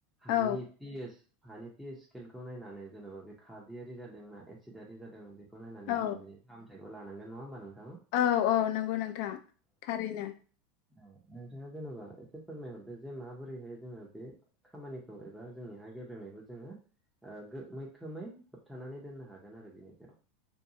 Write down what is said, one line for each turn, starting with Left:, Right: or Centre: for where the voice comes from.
Centre: हानि
Left: औ
Centre: पि एस हानि पि ए स्केलखौ नायनानै जेन'बा बे खारदैयारि जादों ना एसिदारि जादों बे बेखौ नायनानै
Left: औ
Centre: जों बिनि फामथायखौ लानांगोन नङा होमबा नों
Left: औ औ नंगौ नोंथां थारैनो।
Centre: औ नोंथाङा जेन'बा एसे फोरमायहरदो जे माबोरैहाय जोङो बे खामानिखौ औ एबा जोंनि हा गेब्रेंनायखौ जोङो ओ मैखोमै होबथानानै दोननो हागोन आरो बिनि सायाव